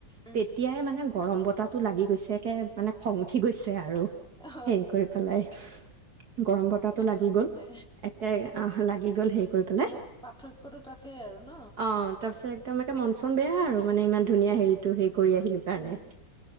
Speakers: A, in the centre; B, on the right.
A: উম
B: তেতিয়াই মানে গৰম বতাহটো লাগি গৈছে। এককে মানে খং উঠি গৈছে আৰু
A: অ
B: হেৰি কৰি পেলাই গৰম বতাহো
A: একদম
B: লাগি গল
A: মানে
B: একে আহ লাগি গল হেৰি কৰি পেলাই।
A: মানে পাৰ্থক্যটো তাতেই আৰু ন
B: অ তাৰপিছত একদম একে মন চন বেয়া আৰু মানে ইমান ধুনীয়া হেৰিটো সেই কৰি আহিলো কাৰণে
A: উম